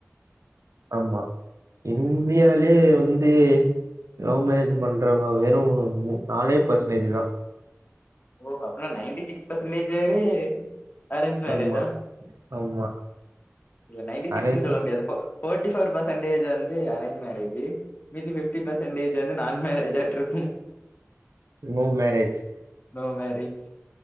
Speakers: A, on the right; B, on the left.
A: ஆமா இந்தியாலேயே வந்து லவ் மேரேஜ் பண்ற வெறு மூ நாலே பர்சன்டேஜ் தா
B: ஓ அப்டினா நைன்டி சிக்ஸ் பர்சன்டேஜ் பேரு அரேஞ் மேரேஜா
A: ஆமா, ஆமா.
B: நைட்டி சிக்சுனு
A: அரேஞ்ச்
B: சொல்ல முடியாது ஃபோர்ட்டி போர் பர்சென்டேஜ் வந்து அரேஞ்ச் மேரேஜ் மீதி பிப்டி பர்சன் சண்டேஜ் வந்து நா மேரேஜ்ட்டா இருக்கும்
A: நோ மேரேஜ்
B: நோ மேரேஜ்